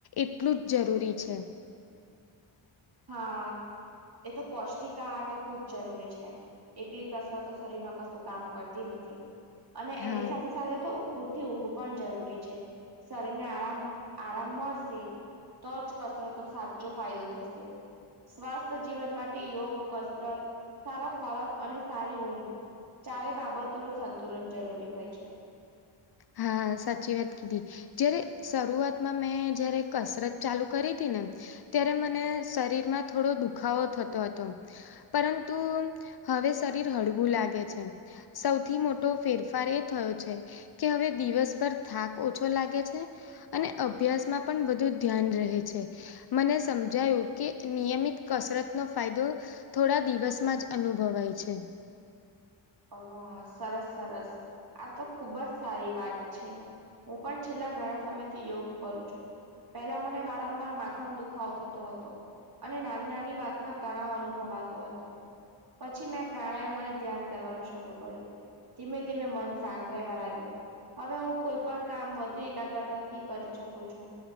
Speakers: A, on the left; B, on the right.
A: એટલું જ જરૂરી છે.
B: હા એ તો પૌષ્ટિક આહાર તો ખુબ જરૂરી છે. એકલી કસરતતો શરીરમાં કશું કામ કરતી નથી અને
A: હા
B: એની સાથે સાથે તો પૂરતી ઊંઘ પણ જરૂરી છે. શરીર ને આરામ આરામ મળશે તો જ કસરતનો સાચો ફાયદો થશે. સ્વાસ્થ્ય જીવન માટે યોગ કસરત, સારો ખોરાક અને સારી ઊંઘ ચારે બાબતોનું સંતુલન જરૂરી હોય છે.
A: હા સાચી વાત કીધી. જયારે શરૂઆતમાં મેં જયારે કસરત ચાલુ કરી હતી ને ત્યારે મને શરીરમાં થોડો દુખાવો થતો હતો. પરંતુ હવે શરીર હળવું લાગે છે. સૌથી મોટો ફેરફાર એ થયો છે કે હવે દિવસભર થાક ઓછો લાગે છે અને અભ્યાસમાં પણ વધુ ધ્યાન રહે છે. મને સમજાયું કે નિયમિત કસરતનો ફાયદો થોડા દિવસમાં જ અનુભવાય છે.
B: હ સરસ સરસ આ તો ખુબ જ સારી વાત છે. હું પણ છેલ્લા ઘણા સમયથી યોગ કરું છું. પેલા મને વારંવાર માથાનો દુખાવો થતો હતો. અને નાની નાની વાતમાં તણાવ અનુભવાતો હતો પછી મેં પ્રાણાયામને ધ્યાન કરવાનું શરૂ કર્યું ધીમે ધીમે મન શાંત રહેવા લાગ્યું. હવે હું કોઈ પણ કામ વધુ એકાગ્રતાથી કરી શકું છું.